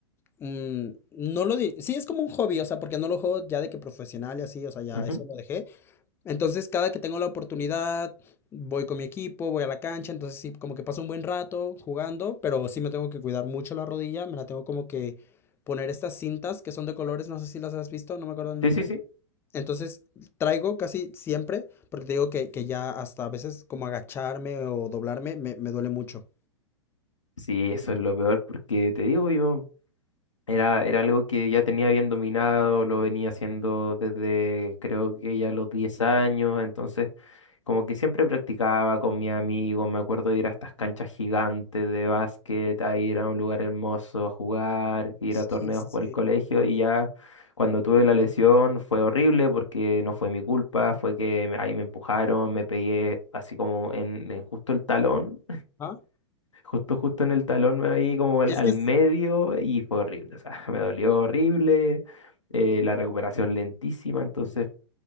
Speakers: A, on the left; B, on the left.
A: mm, no lo di- sí, es como un hobby, o sea, porque no lo juego ya de que profesional y así, o sea, ya
B: ujú.
A: eso lo dejé. Entonces, cada que tengo la oportunidad, voy con mi equipo, voy a la cancha, entonces sí, como que paso un buen rato jugando, pero sí me tengo que cuidar mucho la rodilla, me la tengo como que poner estas cintas que son de colores, no sé si las has visto, no me acuerdo el
B: Sí,
A: nombre.
B: sí, sí.
A: Entonces, traigo casi siempre, porque te digo que, que ya hasta a veces como agacharme o doblarme me, me duele mucho.
B: Sí, eso es lo peor porque te digo, yo Era, era algo que ya tenía bien dominado, lo venía haciendo desde creo que ya los 10 años, entonces como que siempre practicaba con mi amigo, me acuerdo de ir a estas canchas gigantes de básquet, a ir a un lugar hermoso a jugar, ir
A: Sí,
B: a torneos
A: sí,
B: por
A: sí.
B: el colegio y ya cuando tuve la lesión fue horrible porque no fue mi culpa, fue que me- ahí me empujaron, me pegué así como en, en justo el talón
A: ah
B: Justo, justo en el talón me ahí como al,
A: Es
B: al
A: que es-
B: medio y fue horrible. O sea, <laughs> me dolió horrible, eh, la recuperación lentísima. Entonces,